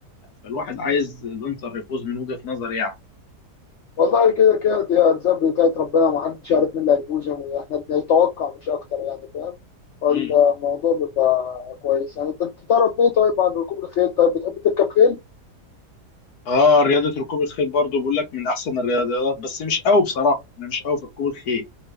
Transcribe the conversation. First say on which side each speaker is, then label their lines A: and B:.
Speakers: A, on the left (about 70°); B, on the left (about 80°).
A: فالواحد عايز الانتر يفوز من وجهه نظري
B: والله كده كده دي أرزاق بتاعت ربنا ما حدش يعرف مين اللي هيفوز يعني احنا بنتوقع مش أكتر يعني فاهم فالموضوع
A: يعني
B: بيبقى كويس يعني أنت بتتعرف إيه طيب عن ركوب الخيل طيب بتحب تركب خيل؟
A: اه رياضة ركوب الخيل برضو بقول لك من احسن الرياضيات بس مش قوي بصراحة انا مش قوي في ركوب الخيل